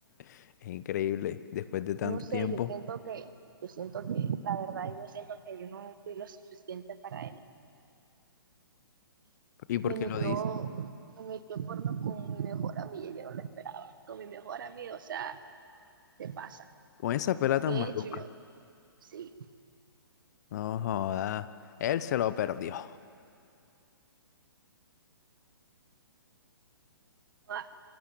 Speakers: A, on the left; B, on the right.
A: <laughs> es increíble, después de tanto
B: Yo no sé,
A: tiempo.
B: yo siento que, yo siento que, la verdad, yo siento que yo no fui lo suficiente para él.
A: ¿Y por
B: Me
A: qué
B: metió,
A: lo dices?
B: me metió porno con mi mejor amiga, yo no lo esperaba, con mi mejor amigo, o sea, ¿qué pasa?
A: Con esa pela tan
B: ¿Qué
A: maluca.
B: he hecho yo? Sí,
A: No joda. Él se lo perdió.
B: Ah,